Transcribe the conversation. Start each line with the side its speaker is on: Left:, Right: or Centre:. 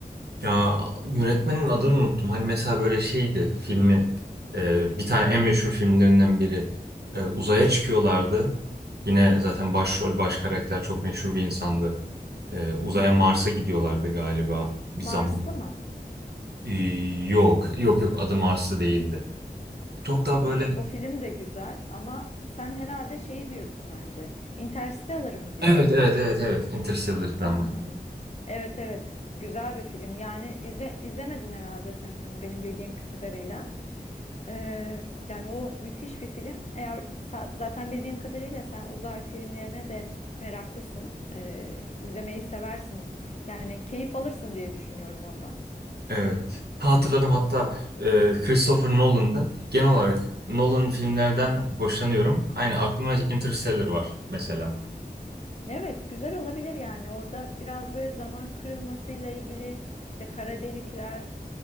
Right: Ya yönetmenin adını unuttum. Hani mesela böyle şeydi filmi e, bir tane en meşhur filmlerinden biri E, uzaya çıkıyorlardı. Yine zaten başrol baş karakter çok meşhur bir insandı. E, uzaya
Left: Hmm,
Right: Mars'a gidiyorlardı galiba bir
Left: Marslı
Right: zaman.
Left: mı?
Right: E, yok yok yok adı Mars'ta değildi. Çok daha böyle
Left: Evet, o film de güzel ama sen herhalde şeyi diyorsun bence. Interstellar mı diyorsun?
Right: evet evet evet evet Interstellar'dan.
Left: Hmm. Evet evet, güzel bir film. Yani izle, izlemedin herhalde sen onu benim bildiğim kadarıyla. Ee, yani o müthiş bir film. Eğer sa- zaten bildiğim kadarıyla sen uzay filmlerine de meraklısın. Ee, izlemeyi seversin. Yani keyif alırsın diye düşünüyorum ondan.
Right: Evet. Ha, hatırladım hatta e, Christopher Nolan'dı. Genel olarak Nolan filmlerden hoşlanıyorum. Aynı aklıma Interstellar var mesela.
Left: Evet, güzel olabilir yani. Orada biraz böyle zaman kırılmasıyla ilgili işte kara delikler,